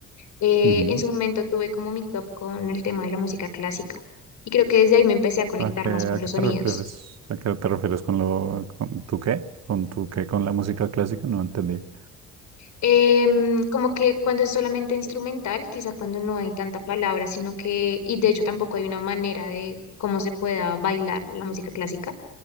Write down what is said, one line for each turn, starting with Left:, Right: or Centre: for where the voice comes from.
Left: Eh,
Right: ujú.
Left: en su momento tuve como mi top con el tema de la música clásica y creo que desde ahí me empecé a conectar
Right: ¿A qué,
Left: más
Right: a
Left: con los
Right: qué
Left: sonidos.
Right: te refieres? ¿A qué te refieres con lo, con tu qué? ¿Con tu qué? ¿Con la música clásica? No entendí.
Left: Em, como que cuando es solamente instrumental, quizá cuando no hay tanta palabra, sino que, y de hecho tampoco hay una manera de cómo se pueda bailar la música clásica,